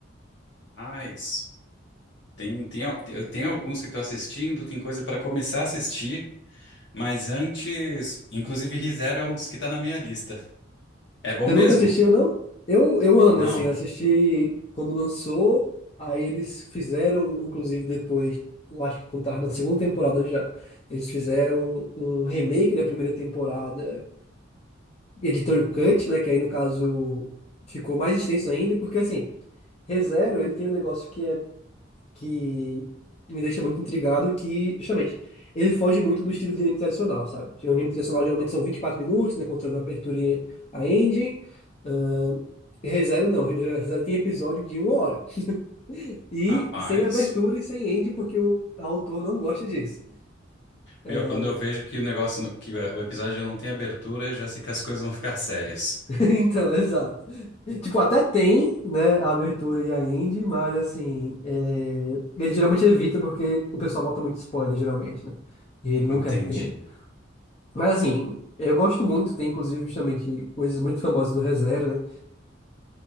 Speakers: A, on the left; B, on the left.
A: Mas tem, tem, al- eu tenho alguns que tô assistindo, tem coisa pra começar a assistir, mas antes, inclusive ReZero é um dos que tá na minha lista. É bom
B: Você
A: mesmo?
B: nunca assistiu, não? Eu, eu amo,
A: Não.
B: assim, eu assisti quando lançou, aí eles fizeram, inclusive, depois, eu acho que quando tava na segunda temporada já, eles fizeram um remake da primeira temporada, editor cut, né? Que aí no caso ficou mais extenso ainda, porque assim, ReZero, ele tem um negócio que é que me deixa muito intrigado, que justamente ele foge muito do estilo de anime tradicional, sabe? O anime tradicional geralmente são 24 minutos, né? Contando a abertura e a ending. Ahn, ReZero não, ReZero tem episódio de uma hora. <laughs> E
A: Rapaz,
B: sem abertura e sem ending, porque o autor não gosta disso. É,
A: meu, quando eu vejo que o negócio, que o episódio não tem abertura, eu já sei que as coisas vão ficar sérias.
B: <laughs> Então, exato. Tipo, até tem, né, a abertura e a end, mas assim, é, ele geralmente evita porque o pessoal bota muito spoiler, geralmente, né? E ele
A: Entendi.
B: não quer que tenha. Mas assim, eu gosto muito, tem inclusive justamente coisas muito famosas do ReZero, né?